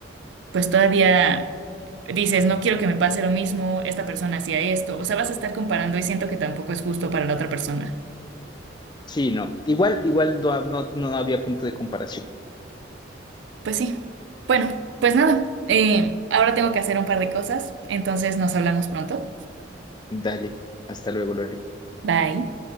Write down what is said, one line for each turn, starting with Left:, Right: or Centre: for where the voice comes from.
Right: pues todavía dices, no quiero que me pase lo mismo, esta persona hacía esto, o sea, vas a estar comparando y siento que tampoco es justo para la otra persona.
Left: sí, no. Igual, igual no, no, no había punto de comparación.
Right: Pues sí. Bueno, pues nada, eh, ahora tengo que hacer un par de cosas, entonces nos hablamos pronto.
Left: Dale, hasta luego, Lore.
Right: Bye.